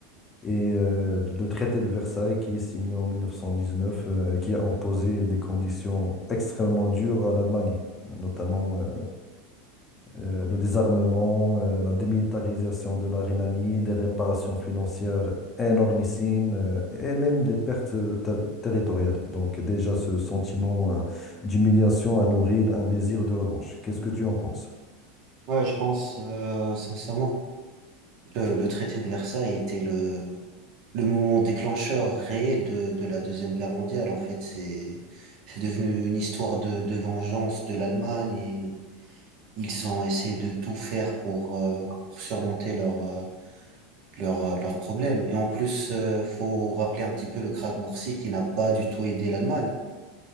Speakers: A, on the left; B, on the right.
A: et euh, le traité de Versailles qui est signé en 1919, euh, qui a imposé des conditions extrêmement dures à l'Allemagne, notamment euh, euh, le désarmement, euh, la démilitarisation de la Rhénanie, des réparations financières énormissimes euh, et même des pertes ter- territoriales. Donc déjà ce sentiment euh, d'humiliation a nourri un désir de revanche. Qu'est-ce que tu en penses?
B: Ouais, je pense euh, sincèrement. Le, le traité de Versailles était le, le moment déclencheur réel de, de la Deuxième Guerre mondiale. En fait, c'est, c'est devenu une histoire de, de vengeance de l'Allemagne et ils ont essayé de tout faire pour, euh, pour surmonter leur, euh, leur, euh, leurs problèmes. Et en plus, euh, faut rappeler un petit peu le krach boursier qui n'a pas du tout aidé l'Allemagne.